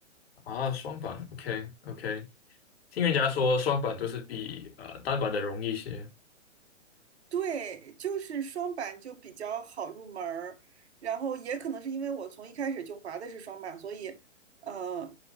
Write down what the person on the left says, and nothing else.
啊，双板，OK OK，听人家说双板都是比呃单板的容易一些